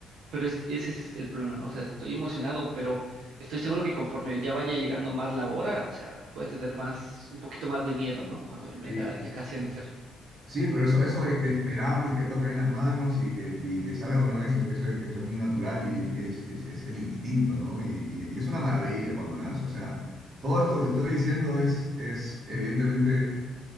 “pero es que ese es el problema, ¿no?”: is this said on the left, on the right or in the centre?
Right